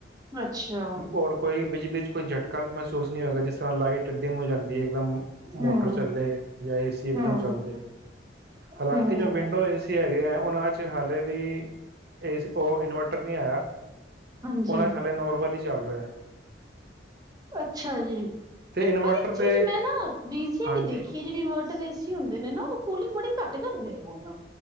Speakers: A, on the right; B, on the right.
A: ਅੱਛਾ
B: ਔਰ ਕੋਈ ਬੀਜਲੀ ਚ ਕੋਈ ਝਟਕਾ ਵੀ ਮਸ ਅਫਸੂਸ ਨਹੀਂ ਹੋਏਗਾ, ਜਿਸ ਤਰ੍ਹਾਂ ਲਾਈ ਡਿਮ ਹੋ ਜਾਂਦੀ। ਇੱਕਦਮ
A: ਹੂੰ
B: ਮੋਟਰ ਚੱਲੇ ਜਾਂ ਏਸੀ ਇਕਦਮ
A: ਹੂੰ
B: ਚੱਲ ਜਏ, ਹਾਲਾਂਕਿ
A: ਹੂੰ
B: ਜੋ ਵਿੰਡੋ ਏਸੀ ਹੈ। ਇਹ ਹੈ ਉਹਨਾਂ ਚ ਹਾਲੇ ਵੀ ਵੀ ਏਸ ਉਹ ਇਨਵਰਟਰ ਨਹੀਂ ਆਇਆ।
A: ਹਾਂਜੀ
B: ਉਹਨਾ ਚ ਹਲੇ ਨੋਰਮਲੀ ਚੱਲ ਰਿਹਾ ਹੈ।
A: ਅੱਛਾ ਜੀ।
B: ਤੇ ਇਨਵਰਟਰ
A: ਪਰ ਇੱਕ ਚੀਜ਼
B: ਤੇ
A: ਮੈਂ ਨਾ, ਵੀਰ ਜੀ
B: ਹਾਂਜੀ
A: ਵੀ ਦੇਖੀਏ ਜਿਹੜੀ ਮ ਏਸੀ ਹੁੰਦੇ ਨੇ ਨਾ ਉਹ ਕੂਲਿੰਗ ਬੜੀ ਘੱਟ ਕਰਦੇ ਹੈਗੇ ਨੇ,